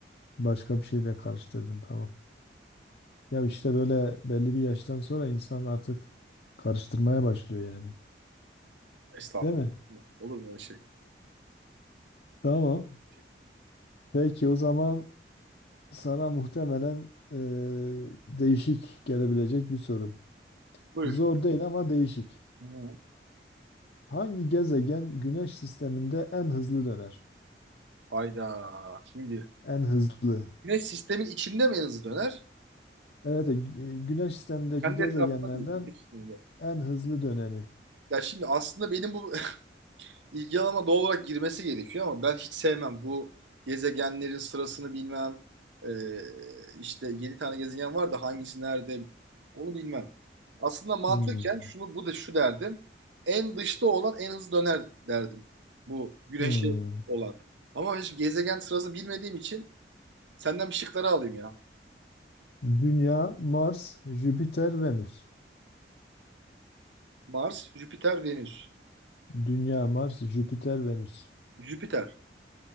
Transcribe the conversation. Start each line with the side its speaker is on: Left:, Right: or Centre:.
Left: Başka bir şeyle karıştırdım tamam. Ya işte böyle belli bir yaştan sonra insan artık karıştırmaya başlıyor yani.
Right: Estağfurullah.
Left: Değil mi?
Right: Olur mu öyle şey?
Left: Tamam.
Right: Şey.
Left: Peki o zaman Sana muhtemelen eee, değişik gelebilecek bir soru.
Right: Buyur.
Left: Zor değil ama değişik.
Right: Hı.
Left: Hangi gezegen Güneş sisteminde en hızlı döner?
Right: Hayda. Şimdi
Left: En hızlı.
Right: güneş sistemin içinde mi en hızlı döner?
Left: Evet, e, Güneş sistemindeki
Right: Kendi
Left: gezegenlerden
Right: etrafında değil. Güneş sisteminde.
Left: en hızlı döneni.
Right: Ya şimdi aslında benim bu <laughs> ilgi alanıma doğal olarak girmesi gerekiyor ama ben hiç sevmem bu gezegenlerin sırasını bilmem. Ee, işte 7 tane gezegen var da hangisi nerede onu bilmem. Aslında mantıken
Left: Hmm.
Right: şunu bu da şu derdim. En dışta olan en hızlı döner derdim. Bu güneşi
Left: Hmm.
Right: olan. Ama hiç gezegen sırasını bilmediğim için senden bir şıkları alayım ya.
Left: Dünya, Mars, Jüpiter, Venüs.
Right: Mars, Jüpiter, Venüs.
Left: Dünya, Mars, Jüpiter, Venüs.
Right: Jüpiter.